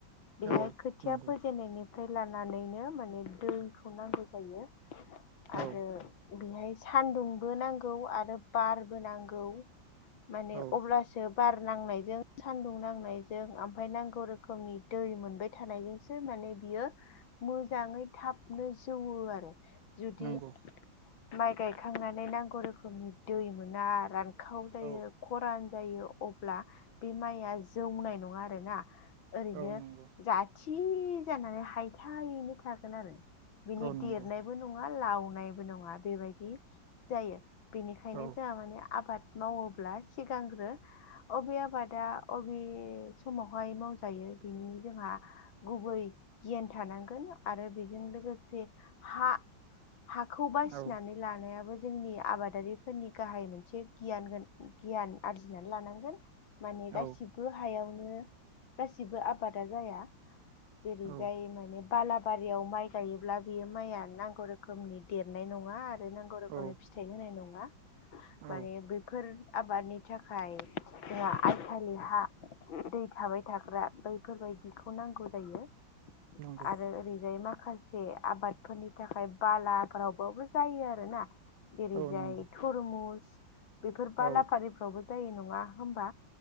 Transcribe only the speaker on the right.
औ
नंगौ
औ
औ
नंगौ
औ
औ नंगौ
औ
नंगौ
औ
औ
औ
औ
औ
औ
नंगौ
औ
नंगौ
औ